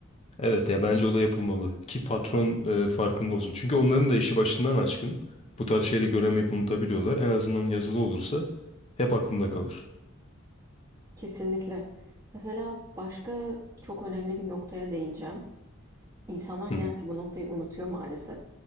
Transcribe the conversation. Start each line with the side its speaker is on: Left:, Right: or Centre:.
Left: Evet ya bence o da yapılmalı ki patron e, farkında olsun. Çünkü onların da işi başından aşkın. Bu tarz şeyleri göremeyip unutabiliyorlar. En azından yazılı olursa hep aklında kalır.
Right: kesinlikle. Mesela başka çok önemli bir noktaya değineceğim. İnsanlar genelde
Left: Hı.
Right: bu noktayı unutuyor maalesef.